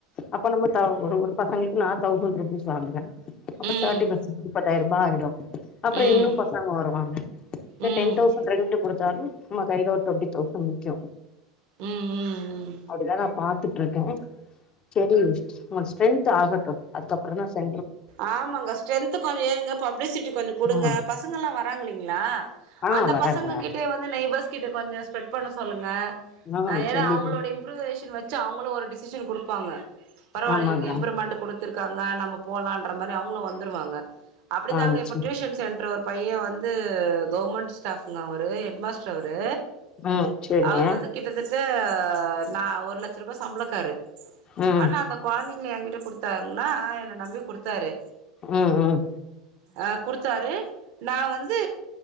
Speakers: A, on the left; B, on the right.
A: அப்ப நம்ம தௌ ஒரு ஒரு பசங்ளுக்கு நா தௌசண்ட் ருபீஸ் வாங்குறே அப்ப
B: ம்
A: தேர்டி பசங்க முப்பதாயி ரூபா ஆயிடு அப்றோ
B: ம்
A: இன்னு
B: ம்
A: பசங்க வருவாங்க ப்ப
B: ம்
A: டென் தௌசண்ட்
B: ம்
A: ரெண்ட் குடு த்தாலு நம்ம கைல ஒரு டூவெண்டி தௌசண்ட் நிக்கு
B: ம் ம்
A: அப்டி தா நா பாத்துட்ருக்கே செரி நம்மளுக் ஸ்ட்ரென்த் ஆகட்டு அதுக்கப்றோ தா ச
B: ஆமாங்க ஸ்ட்ரென்த் கொஞ்சொ ஏறுங்க பப்ளிசிட்டி கொஞ்சொ குடுங்க
A: ஆ
B: பச ங்கல்லா வராங் இல்லீங்ளா
A: ஆ
B: அந்த
A: வரேங்க
B: பசங்க கிட்டே வந்து நெய்பர்ஸ் கிட்ட கொஞ்சொ ஸ்ப்ரெட் பண்ண சொல்லுங்க
A: ஆ
B: ஏனா
A: சொல்லிரு
B: அவுங்களோட இம்ப்ரூவேஷன் வச்சு அவுங்களு ஒரு டிசிஷன் குடுப்பாங்க பரவால்ல
A: ஆமாங்க
B: இவுங்க இம்ப்ரூவ்மெண்ட் குடு த்துருக்காங்க நம்ம போலான்ற மாரி அவுங்களு வந்துருவாங்க அப்டித்தாங்க
A: ஆ
B: இப்ப
A: சரி
B: டியூஷன்ஸ் சென்ட்ரு ஒரு பையேன் வந்து கவுர்மெண்ட் ஸ்டாஃப்ங்க அவ்ரு ஹெட் மா ச்சவரு
A: ம் சேரிங்க
B: அவர் வந்து கிட்டத்தட் த நா ஒரு லட்சரூபா சம்பளக்காரு
A: ம்
B: ஆனா அந்த கொழந்தைங்கள எகிட்ட குடுத்தாங்ன்னா என்ன நம்பி குடுத்தாரு
A: ம் ம்
B: அ குடுத்தாரு நா வந்து